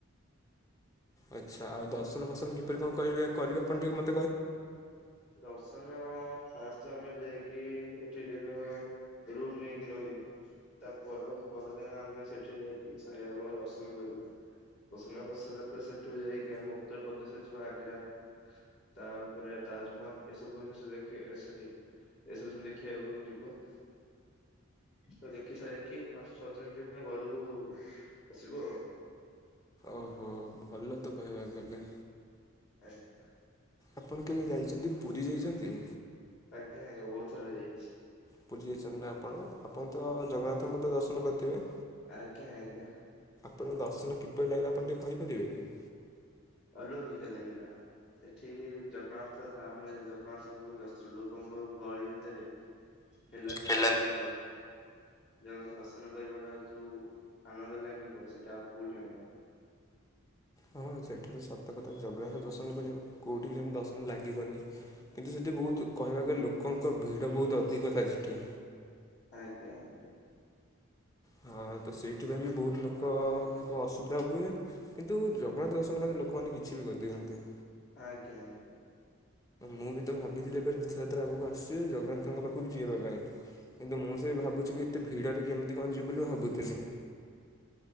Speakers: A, on the left (about 15°); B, on the left (about 55°).
A: ଆଚ୍ଛା ଆଉ ଦର୍ଶନ ଫର୍ସନ କିପରି କଣ କରିବେ କରିବେ ଆପଣ ଟିକେ ମତେ
B: ଦର୍ଶନ ଫାଷ୍ଟ ଆମେ ଯାଇକି ହେଟି ରେଗ ରୁମ୍ ନେଇକି ରହିବୁ ତା ପର ପରଦିନ ଆମେ ସେଠି ଯାଇକି ସାଇବାବାଙ୍କୁ ଦର୍ଶନ କରି ଦର୍ଶନ କରିସାରିଲା ପରେ ସେଠୁ ଯାଇକି ଆମେ ଉତ୍ତରପଦେଶରେ ଠୁ ଆଗ୍ରା ତାପରେ ତାଜମହଲ ଏ ସବୁ ଜିନିଷ ଦେଖି ସରି ଏସବୁ ଜିନି ଦେଖିବାକୁ ଯିବୁ ତ ଦେଖି ସାରିକି ପାଞ୍ଚ ଛଅ ଦିନ ଯିବୁ ପୁଣି ଘରକୁ ଆସିବୁ ଆଉ
A: ଓହୋ ଭଲ ତ କହିବାକୁ ଗଲେ।
B: ଆଜ୍ଞା।
A: ଆପଣ କେବେ ଯାଇଚନ୍ତି ପୁରୀ ଯାଇଚନ୍ତି?
B: ଆଜ୍ଞା ଆଜ୍ଞା ବହୁତ ଥର ଯାଇଚି।
A: ପୁରୀ ଯାଇଚନ୍ତି ନା ଆପଣ ଆପଣ ତ ଜଗନ୍ନାଥଙ୍କୁ ତ ଦର୍ଶନ କରିଥିବେ?
B: ଆଜ୍ଞା ଆଜ୍ଞା।
A: ଆପଣଙ୍କ ଦର୍ଶନ କିପରି ଲାଗିଲା ଆପଣ ଟିକେ କହିପାରିବେ କି?
B: ଅଲୋକିକୋ ଲାଗିଲା। ସେଠି ଜଗନ୍ନାଥ ଧାମ ରେ ଜଗନ୍ନାଥଙ୍କୁ ଦର୍ଶ ଲୋକଙ୍କ ଗଳି ଭିତରେ ଠେଲା ପେଲା
A: ହେଲା
B: ହେଇ ଛୋଟ ଜଗନ୍ନାଥ ଙ୍କୁ ଦର୍ଶନ କରିବା ଟା ଯୋଉ ଆନନ୍ଦ ଲାଗିବ ସେଟା ଆଉ କୋଉଠି ବି ନାହିଁ।
A: ହଁ ସେଇଟା ତ ସତ କଥା ଜଗନ୍ନାଥ ଦର୍ଶନ କରିବା କଉଠି ବି ସେମତି ଦର୍ଶନ ଲାଗିବନି କିନ୍ତୁ ସେଠି ବହୁତ କହିବାକୁ ଗଲେ ଲୋକଙ୍କ ଭିଡ଼ ବହୁତ ଅଧିକ ଥାଏ ସେଠି
B: ଆଜ୍ଞା ଆଜ୍ଞା।
A: ହଁ। ହଁ ତ ସେଇଠି ପାଇଁ ବି ବହୁତ ଲୋକଙ୍କୁ ଅସୁବିଧା ହୁଏ କିନ୍ତୁ ଜଗନ୍ନାଥ ଦର୍ଶନ ମାନେ ଲୋକମାନେ କିଛି ବି କରିଦେଇଛନ୍ତି।
B: ଆଜ୍ଞା ଆଜ୍ଞା।
A: ମୁଁ ବି ତ ଭାବିଥିଲି ଏବେ ରଥଯାତ୍ରା ଆଗକୁ ଆସୁଚି ଜଗନ୍ନାଥଙ୍କ ପାଖକୁ ଯିିବା ପାଇଁ। କିନ୍ତୁ ମୁଁ ସେ ଭାବୁଛି କି ଏତେ ଭିଡରେ କେମିତି କଣ ଯିବି ବୋଲି ଭାବୁଥିଲି।